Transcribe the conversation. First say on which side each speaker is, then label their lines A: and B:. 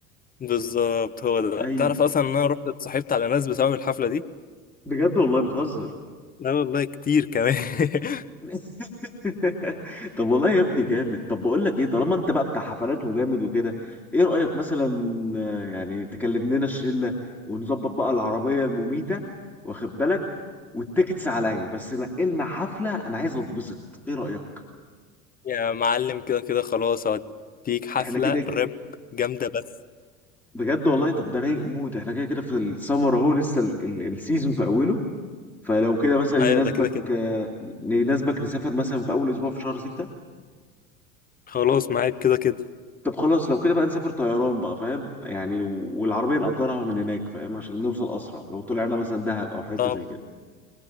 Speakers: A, on the left; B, in the centre.
A: بالظبط هو ده
B: ايوه
A: تعرف اصلا ان انا رحت اتصاحبت على ناس بسبب الحفله دي
B: بجد والله بتهزر
A: لا والله كتير كمان <laughs>
B: <laughs> طب والله يا ابني جامد طب بقول لك ايه طالما انت بقى بتاع حفلات وجامد وكده ايه رأيك مثلا آه، يعني تكلم لنا الشلة ونظبط بقى العربية المميتة واخد بالك والتيكتس عليا بس نقلنا حفلة انا عايز اتبسط ايه رأيك
A: يا معلم كده كده خلاص هوديك حفله
B: احنا كده ك-
A: راب جامده بس
B: بجد والله طب ده رايق موت احنا كده كده في السمر اهو لسه ال- ال- السيزون في اوله فلو كده مثلا
A: ايوه
B: يناسبك
A: ده كده كده
B: آه، يناسبك نسافر مثلا في اول اسبوع في شهر ستة
A: خلاص معاك كده كده
B: طب خلاص لو كده بقى نسافر طيران بقى فاهم يعني و- والعربية نأجرها من هناك فاهم عشان نوصل اسرع لو طلعنا مثلا دهب او حتة
A: طب
B: زي كده